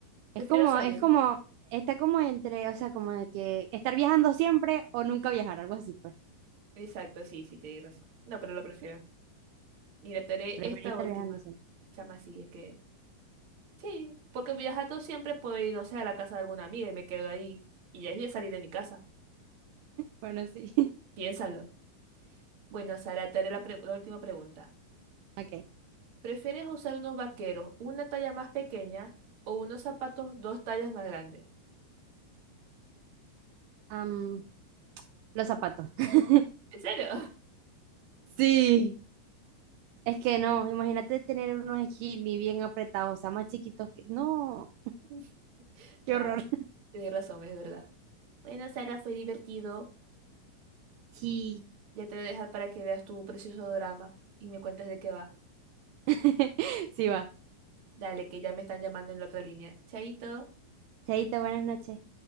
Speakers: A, on the right; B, on the right.
A: Es
B: Prefiero
A: como,
B: salir.
A: es como, está como entre, o sea, como de que estar viajando siempre o nunca viajar, algo así, pues.
B: Exacto, sí, sí, tenéis razón. No, pero lo prefiero. Y le daré
A: Preferí
B: esta
A: estar
B: última.
A: viajando siempre.
B: Se llama así, es que. Sí, porque viajando siempre puedo ir, no sé, a la casa de alguna amiga y me quedo ahí. Y ya es bien salir de mi casa.
A: Bueno, sí. <laughs>
B: Piénsalo. Bueno, Sara, te haré la, pre- la última pregunta.
A: Ok.
B: ¿Prefieres usar unos vaqueros una talla más pequeña o unos zapatos dos tallas más grandes?
A: Am, los zapatos. <laughs>
B: ¿En serio?
A: Sí. Es que no, imagínate tener unos skinny bien apretados, o sea, más chiquitos que... No,
B: <laughs>
A: qué
B: Ya,
A: horror. <laughs>
B: tienes razón, es verdad. Bueno, Sara, fue divertido.
A: Sí,
B: Ya te voy a dejar para que veas tu precioso drama y me cuentes de qué va.
A: <laughs> sí va.
B: Dale, que ya me están llamando en la otra línea. Chaito.
A: Chaito, buenas noches.